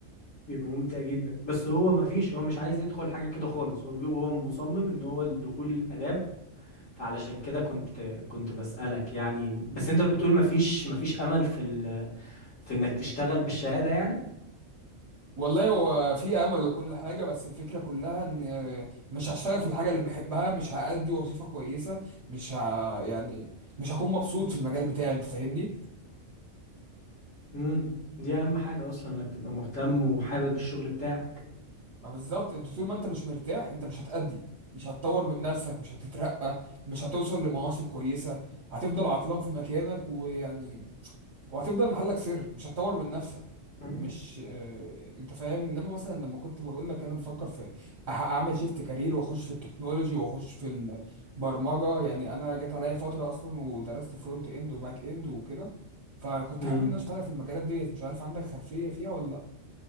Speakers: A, on the left (about 75°); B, on the right (about 55°).
A: بيبقى ممتع جدا بس هو ما فيش هو مش عايز يدخل حاجة كده خالص هو بي- هو مصمم ان هو الدخول الآداب فعلشان كده كنت كنت بسألك يعني بس انت بتقول ما فيش ما فيش امل في في انك تشتغل بالشهادة يعني
B: والله هو في امل وكل حاجه بس الفكره كلها ان مش هشتغل في الحاجه اللي بحبها مش هأدي وظيفه كويسه مش ه... يعني مش هكون مبسوط في المجال بتاعي انت فاهمني
A: امم دي اهم حاجة اصلا انك تبقى مهتم وحابب الشغل بتاعك
B: ما بالظبط انت طول ما انت مش مرتاح انت مش هتأدي مش هتطور من نفسك مش هتترقى مش هتوصل لمناصب كويسه هتفضل عطلان في مكانك ويعني وهتفضل محلك سر مش هتطور من نفسك
A: مم.
B: مش آه، انت فاهم انما مثلا لما كنت بقول لك انا بفكر في أح- اعمل شيفت كارير واخش في التكنولوجي واخش في البرمجه يعني انا جت عليا فتره اصلا ودرست فرونت اند وباك اند وكده فكنت
A: امم
B: حابب ان أنا اشتغل في المجالات ديت مش عارف عندك خلفيه فيها ولا